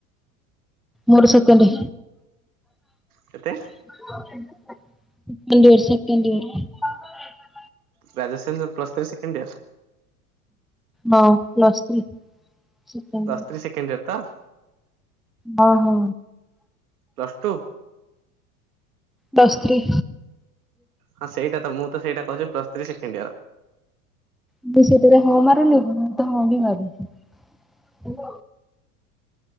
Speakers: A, in the centre; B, on the right.
A: ମୋର ସେକେଣ୍ଡେ।
B: କେତେ?
A: <unintelligible> Second.
B: Graduation plus three second year.
A: ହଁ plus three! Second
B: plus
A: year.
B: Three second year ତ।
A: ହଁ ହଁ
B: ପ୍ଲସ ଟୁ
A: ପ୍ଲସ ଥ୍ରୀ।
B: ହଁ ସେଇଟାତ, ମୁଁ ତ ସେଇଟା କହୁଛି ପ୍ଲସ୍ ଥ୍ରୀ ସେକେଣ୍ଡେ ଇୟର।
A: ମୁଁତ ସେତେବେଳେ ହଁ ମାରିଲି, ମୁଁ ତ ହଉ ମାରିଲି